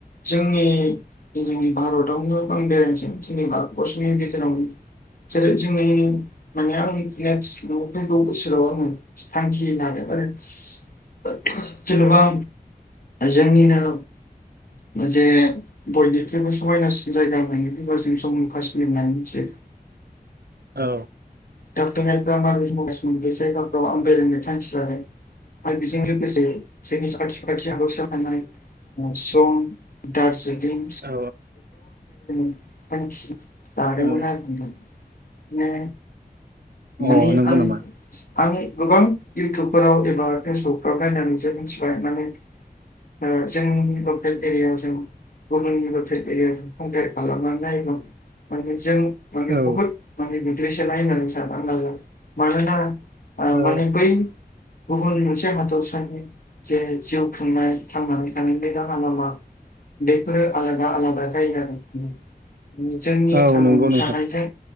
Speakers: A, on the left; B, on the right.
A: जोंनि जोंनि भारतआवनो बां बेरायनोसै जोंनि भारतबर्सनि गेजेरावनो जेरै जोंनि माने आं मिथिनायाव सिलंआवफैगौ बोसोराव आङो थांखि लादो आरो जेन'बा जोंनिनो जे बयनिख्रुइबो समायनासिन जायगा मोननो फबा जों जम्मु काश्मीर होननानै मिथि
B: औ।
A: दा <unintelligible> माबे जायगाफ्राव आं बेरायनो थांखि लादों आरो बेजों लोगोसे जोंनि साखाथि फाखाथि हादोराव थानाय सनानै सम दारजिलिं
B: औ
A: <unintelligible> थांखि दादोंमोन
B: औ
A: आरो <unintelligible> ओ
B: अ
A: माने
B: नंगौ
A: आं
B: नामा
A: आं गोबां इयउटुबफोराव एबा फेसबुकफोराव नायनानैसो मिथिबाय माने ओ जोंनि लकेल एरियायाव जों गुबुननिबो <unintelligible> कमपेयार खालामनानै नायोमं माने जों माने
B: औ
A: बुहुत माने गोग्लैसोलाय होननानै साना लानाय जायो मानोना आ
B: औ
A: माने बै गुबुन मोनसे हादरसानि जे जिउ खुंनाय थांनानै थानाय बे राहा लामा बेफोरो आलादा आलादा जायोनालाय <unintelligible> जोंनि
B: औ
A: थानानै
B: नंगौ नोंथां
A: थानायजों